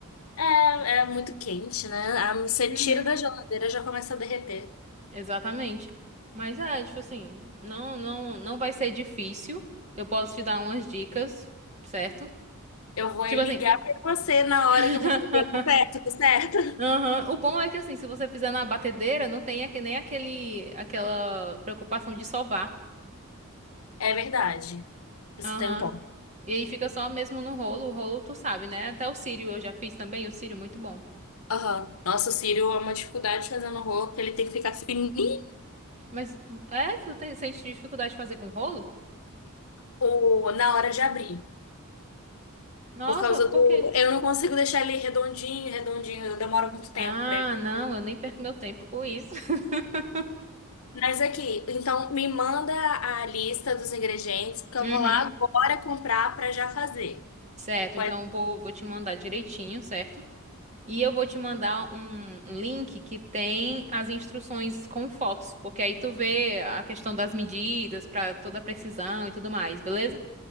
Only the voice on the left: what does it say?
É, é muito quente, né? Ah, Você
tira da geladeira já começa a derreter.
Eu vou
é ligar
pra você na
hora que eu for fazer. Tá certo, tá certo.
É verdade. Você
tem um ponto.
Aham. Nossa, o cílio é uma dificuldade fazendo rolo, porque ele tem que ficar fininho
ou na hora de abrir.
Por causa
do.
Eu não consigo deixar ele redondinho, redondinho, eu demoro muito tempo
pra ele.
Mas aqui, então me manda a lista dos ingredientes, porque eu
vou lá agora comprar pra já fazer.
Pode...